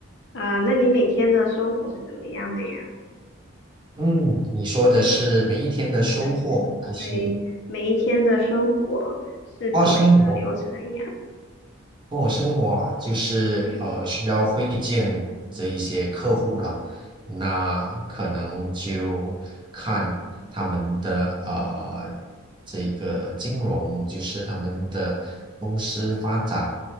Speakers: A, on the left; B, on the right.
A: 啊，那你每天的生活是怎么样的呀？
B: 嗯，你说的是每一天的收获还是
A: 就是对每一天的生活是怎么一个流程呀？
B: 哦，生活？跟我生活啊，就是呃需要会见这一些客户了，
A: 对，
B: 那可能就看他们的呃这个金融，就是他们的公司发展